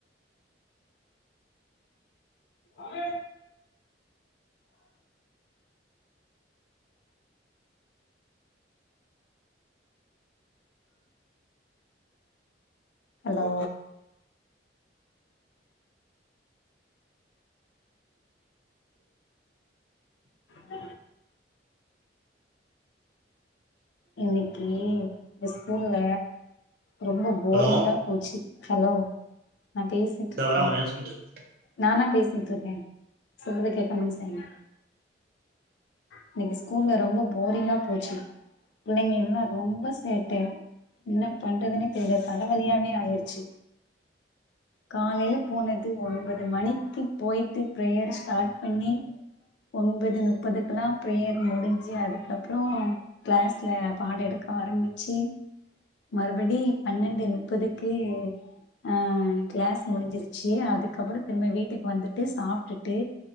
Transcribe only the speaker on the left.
ஆமேர் ஹலோ உ இன்னைக்கு இந்த ஸ்கூல்ல ரொம்ப போரிங்கா
போச்சு ஹலோ நான் பேசிட்டு
இருக்கே
நானா பேசி ட்டு ருக்கே சொல்றத கேட்க மும் செய்ங்க இன்னைக்கு ஸ்கூல்ல ரொம்ப போரிங்கா போச்சு பிள்ளைங்க எல்லா ரொம்ப சேட்ட என்ன பண்றதுன்னே தெரியல தலைவலியாவே ஆயிருச்சு காலையில போனது ஒன்பது மணிக்கு போயிட்டு பிரேயர் ஸ்டார்ட் பண்ணி ஒண்பது முப்பதுகுக் ல்லா பிரேயர் முடிஞ்சு அதுக்கப்புறோ கிளாஸ்ல பாட எடுக்க ஆரம்பிச்சு மறுபடி பன்னெண்டு முப்பதுக்கு அஹ் கிளாஸ் முடிஞ்சிருச்சு அதுக்கப்புறோ திரும்ப வீட்டுக்கு வந்துட்டு சாப்டுட்டு